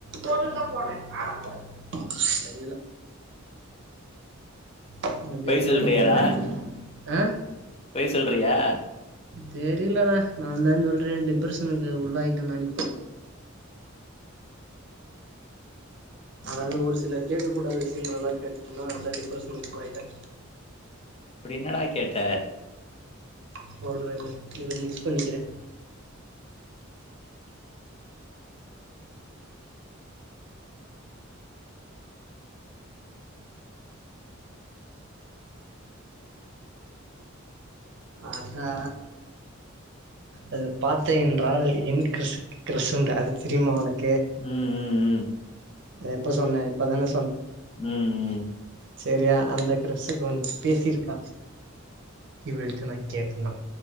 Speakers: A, on the right; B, on the left.
A: போட்டுட்டு தான் போனே ஆள பாரு அப்டி
B: பொய்
A: இப்டிதா
B: சொல்றியாடா
A: எங்க வீட்ல அடிக்கடி ஆ
B: பொய் சொல்றியா
A: தெரிலடா நாந்தா சொல்றே டிப்ரஷனுக்கு உள்ளா யிட்டனானு
B: ம்,
A: அது ஒரு சில கேக்க கூடாத விஷ்யங்களல்லா கேட்டுட்டனா அதா டிப்ரஷனுக்கு போயிட்டே
B: அப்டி என்னடா கேட்ட
A: சொல்றே இரு இத மிக்ஸ் பண்ணிக்குறே அதா அது பாத்து என் <unintelligible> என் க்ரஷ் க்ரஷூண்டு அது தெரிமா உனக்
B: ம் ம் ம்
A: அத எப்ப சொன்னே இப்பதான
B: ம் ம்
A: செரியா அந்த க்ரஸுக்கு ஒன்ஸ் பேசிருக்கா இவளுக்கு நாங் கேட்டனா